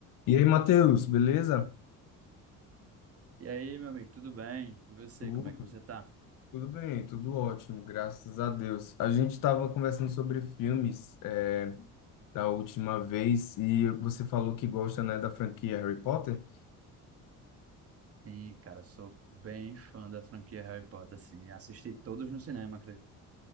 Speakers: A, on the left; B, on the right.
A: E aí, Matheus, beleza?
B: E aí, meu amigo, tudo bem? E você,
A: Tudo,
B: como é que você tá?
A: tudo bem, tudo ótimo, graças a Deus. A gente estava conversando sobre filmes é, da última vez e você falou que gosta, né, da franquia Harry Potter.
B: Sim, cara, sou bem fã da franquia Harry Potter, assim, assisti todos no cinema, acredito.